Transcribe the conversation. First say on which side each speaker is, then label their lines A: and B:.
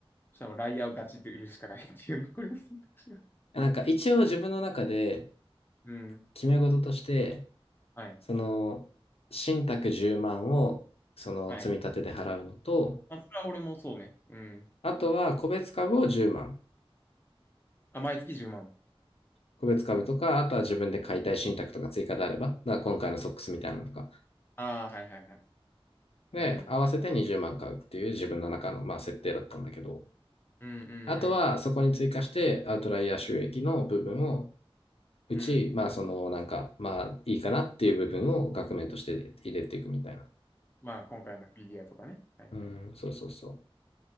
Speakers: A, on the left; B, on the left.
A: そしたらもうライアーをガチって売るしかないっていう残りの選択肢が
B: なんか一応自分の中で
A: <laughs>。うん。
B: 決め事として、
A: はい。
B: その、信託10万を、その、
A: はい。
B: 積み立てで払うのと、
A: まあ、それは俺もそうね。うん。
B: あとは個別株を10万。
A: あ、毎月10万。
B: 個別株とか、あとは自分で買いたい信託とか追加であれば、だから今回のソックスみたいなのとか、
A: ああ、はいはいはい。
B: で、
A: なるほどね。
B: 合わせて20万買うっていう自分の中の、まあ、設定だったんだけど、
A: うんうん
B: あとは、そこに追加して、アウトライヤー収益の部分を、うち、
A: うん。うん。
B: まあ、その、なんか、まあ、いいかなっていう部分を額面として入れていくみたいな。
A: まあ、今回のフィギュアとかね。はいはい。
B: うん、そうそうそ